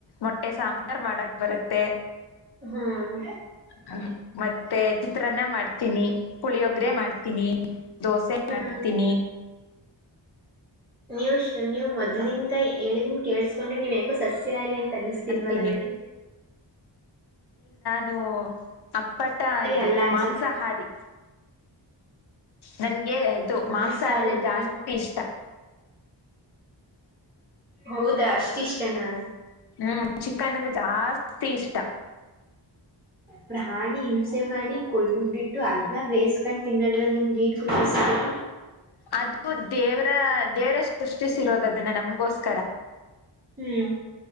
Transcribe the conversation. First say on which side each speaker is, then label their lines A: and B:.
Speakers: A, on the left; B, on the right.
A: ಮೊಟ್ಟೆ ಸಾಂಬಾರ್ ಮಾಡಕ್ ಬ ಬರುತ್ತೆ.
B: ಹ್ಮ್ ಹೇ
A: ಹ್ಮ್, ಮತ್ತೆ ಚಿತ್ರಾನ್ನ ಮಾಡ್ತೀನಿ ಪುಳಿಯೊಗ್ರೆ ಮಾಡ್ತೀನಿ. ದೋಸೆ
B: ಹಾ
A: ಮಾಡ್ತೀನಿ
B: ನೀವು ಶೂನಿ ಮೊದ್ಲಿಂದ ಹೇಳಿದನ್ ಕೇಳಸ್ಕೊಂಡ್ರೆ ನೀವ್ ಯಾಕೋ ಸಸ್ಯಹಾರಿ ಅ ಕಾಣುಸಿತ್ತಿ‍ಲ್ಲ
A: ಮಾಡ್ತೀನಿ
B: ನನಗೆ.
A: ನೋ ಅಪ್ಪಟ ಇದು
B: ಅಲ್ಲ ಅನ್ಸುತ್ತೆ
A: ಮಾಂಸಾಹಾರಿ. ನನ್ಗೆ ಅದು
B: ಮಾಂಸಾರಿನಾ
A: ಮಾಂಸ ಅಂದ್ರೆ ಜಾಸ್ತಿ ಇಷ್ಟ.
B: ಹೌದಾ ಅಷ್ಟಿ ಇಷ್ಟನಾ.
A: ಹ್ಮ್ ಚಿಕನ್ ಅಂದ ಜಾಸ್ತಿ ಇಷ್ಟ.
B: ಪ್ರಾಣಿ ಹಿಂಸೆ ಮಾಡಿ ಕೊಂದುಬಿಟ್ಟು. ಅದ್ನ ಬೇಯಸ್ಕೊಂಡ್ ತಿನ್ನೋದ್ರಲ್ಲಿ ನಿಮ್ಗೆ ಏನ್ ಖುಷಿಸಿಗುತ್ತೆ.
A: ಅದು ದೇವ್ರ ದೇವ್ರ ಸೃಷ್ಟಿಸಿರೋದ ಅದನ್ನ ನಮ್ಗೋಸ್ಕರ
B: ಹ್ಮ್